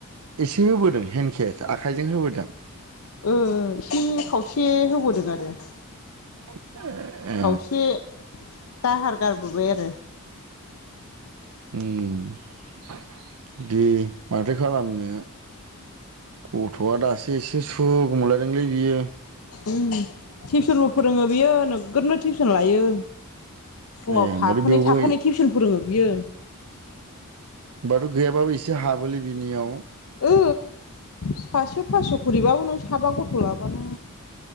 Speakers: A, on the right; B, on the left.
A: एसे होबोदों हेन्द केेस आखाइजों होबोदों?
B: ओ एसे खावसे होबोदों आरो।
A: <unintelligible>
B: खावसे दाहार गारबोबाय आरो
A: उम दे माथो खालामनो गथ'आ दासो एसे सुख मोनलायदोंलै बियो।
B: उम टिउसनबो फोरोङो बियो नोगोदनो टिउसन लायो। फुङाव
A: ए
B: थाखोनै-
A: माथो बेवबो
B: थाखोनै टिउसन फोरोङो बियो।
A: बाथ' गैयाबाबो एसे हाबोलै बिनियाव।
B: ओ सासेयाव फास' खरिबाबो नों साबा गथ' लाबानो